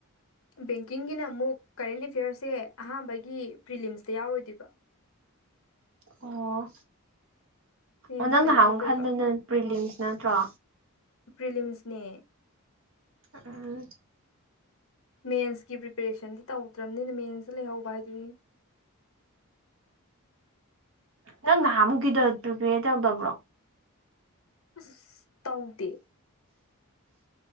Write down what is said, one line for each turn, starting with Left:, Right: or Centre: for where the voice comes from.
Left: ꯕꯦꯡꯀꯤꯡꯒꯤꯅ ꯑꯃꯨꯛ ꯀꯔꯦꯟ ꯑꯦꯐꯤꯌꯔꯁꯦ ꯑꯍꯥꯟꯕꯒꯤ ꯄ꯭ꯔꯤꯂꯤꯝꯁꯇ ꯌꯥꯎꯔꯣꯏꯗꯨꯏꯕ꯫
Right: ꯑꯣ
Left: ꯃꯦꯟꯁꯇ
Right: ꯑꯣ ꯅꯪ ꯅꯍꯥꯟꯃꯨꯛ
Left: ꯌꯥꯎꯗꯣꯏꯕ
Right: ꯈꯟꯕꯗꯨꯅ ꯄ꯭ꯔꯤꯂꯤꯝꯁ ꯅꯠꯇ꯭ꯔꯣ?
Left: ꯄ꯭ꯔꯤꯂꯤꯝꯁꯅꯦ꯫
Right: ꯎꯝ
Left: ꯃꯦꯟꯁꯀꯤ ꯄ꯭ꯔꯤꯄꯦꯔꯦꯁꯟꯗꯤ ꯇꯧꯗ꯭ꯔꯝꯅꯤꯅ ꯃꯦꯟꯁꯇ ꯂꯩꯍꯧꯕ ꯍꯥꯏꯗꯨꯅꯤꯅꯦ꯫
Right: ꯅꯪ ꯅꯍꯥꯃꯨꯛꯀꯤꯗꯣ ꯄ꯭ꯔꯤꯄꯦꯔ ꯇꯧꯗꯕ꯭ꯔꯣ?
Left: ꯑꯁ ꯇꯧꯗꯦ꯫